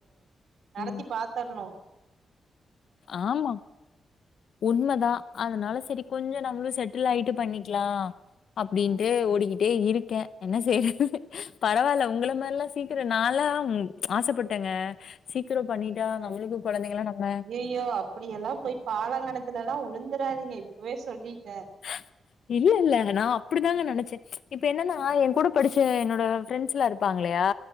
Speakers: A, on the right; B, on the left.
A: நடத்தி
B: ம்.
A: பாத்தர்னு
B: ஆமா உண்மதா அதனால செரி கொஞ்சோ நம்ளு செட்டில்லாய்ட்டு பண்ணிக்லா அப்டின்ட்டு
A: ம்
B: ஓடிக்கி ட்டே இருக்கே என்ன செய்றது பரவால்ல உங்ள மார்லா சீக்கிரோ நா லா ஆசப்பட்டேங்க சீக்கிரோ பண்ணிட்டா நம்ளுக்கு கொழந்தைங்களா நம்ம
A: ஐயோ அப்டி எல்லா போய் பாலங்கெணத்துலல்லா வுழுந்துறாதீங்க இப்பவே சொல்லிட்டே
B: <inaudible> இல்லலெல்ல நா அப்டிதாங்க நெனச்சே இப்ப என்னன்னா என்க்கூட படிச்ச என்னோட ஃப்ரெண்ட்ஸ்ல்லா இருப்பாங்கல்லயா